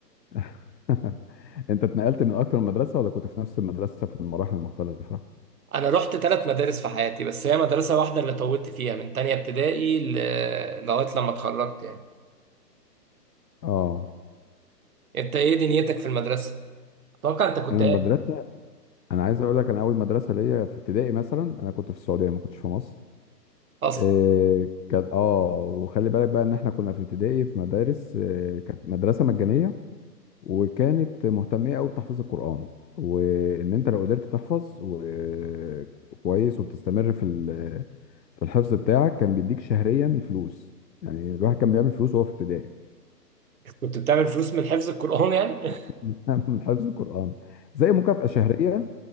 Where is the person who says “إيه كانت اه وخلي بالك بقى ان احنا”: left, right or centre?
Left